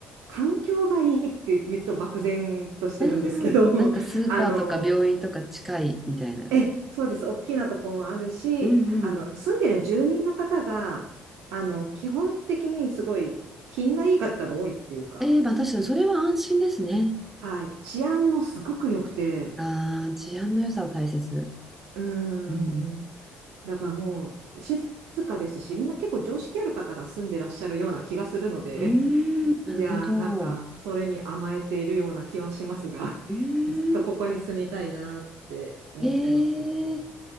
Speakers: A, on the right; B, in the centre.
A: 環境がいいって言うと漠然としてるんですけど、
B: ああー、
A: <laughs>
B: なんかスーパーとか病院とか近いみたいな。
A: あの、え、そうです、大きなとこもあるし、
B: うんうん。
A: あの、住んでる住人の方が、あの、基本的にすごい品がいい方が多いっていうか、
B: ええ、まあ確かにそれは安心ですね。
A: はい、治安もすごく良くて、
B: ああ、治安の良さを大切。
A: うーん
B: うん。
A: だからもう静かですし、みんな結構常識ある方が住んでらっしゃるような気がするので、
B: うーん、
A: <laughs>
B: なるほど。
A: いやーなんかそれに甘えているような気はしますが、
B: うーん。
A: <laughs> ずっとここに住みたいなーって思ってますね。
B: ええ